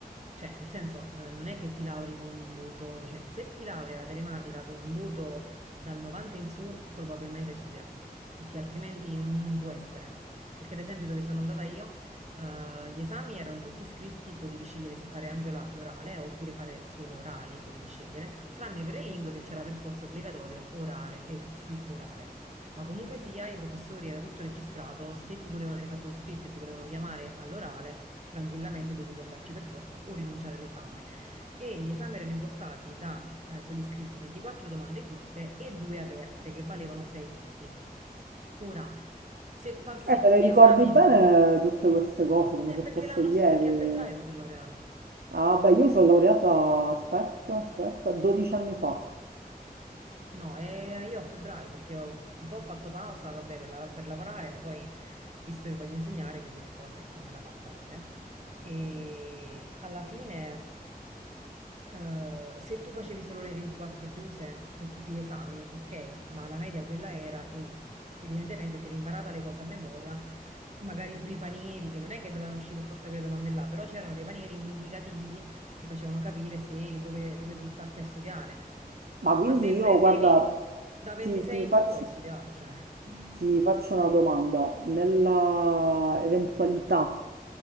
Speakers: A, on the right; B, on the right.
A: Cioè, nel senso, eh, non è che ti lauri con un voto decente. Se ti laurea la telematica con un voto dal 90 in su, probabilmente hai studiato, perché altrimenti non può essere. Perché ad esempio dove sono andata io, eh, gli esami erano tutti scritti, potevi scegliere se fare anche la- l'orale oppure fare solo orali, potevi scegliere, tranne per le lingue che c'era per forza obbligatorio orale e s- scritto e orale. Ma comunque sia, i professori era tutto registrato, se ti volevano, hai fatto lo scritto e ti volevano chiamare all'orale, tranquillamente dovevi andarci per forza o rinunciare all'esame. E gli esami erano impostati da eh, quelli scritti 24 domande chiuse e due aperte che valevano 6 punti. Ora, se passi
B: Eh,
A: tutti
B: te le ricordi
A: gli esami,
B: bene tutte queste cose come
A: è
B: se
A: perché
B: fosse
A: l'anno,
B: ieri?
A: s- perché a febbraio mi sono laureata.
B: Ah, beh, io mi sono laureata, aspetta, aspetta, 12 anni fa.
A: No, eh, io a febbraio perché ho un po' fatto pausa, vabbè, per, la- per lavorare, ma poi, visto che voglio insegnare, mi sono detta, vabbè, fammela pasta laurea. E alla fine, eh, se tu facevi solo le 24 chiuse per tutti gli esami, ok, ma la media quella era e evidentemente ti eri imparata le cose a memoria, magari pure i panieri, che non è che dovevano uscire per forza quelle domande là, però c'erano dei panieri indicativi, ti facevano capire se dove, dove buttarti a studiare.
B: <laughs> Ma quindi
A: Ma se
B: io,
A: prendevi
B: guarda,
A: da 26
B: ti, ti
A: in
B: faccio,
A: su, hai studiato, cioè. Mm.
B: ti faccio una domanda. Nella eventualità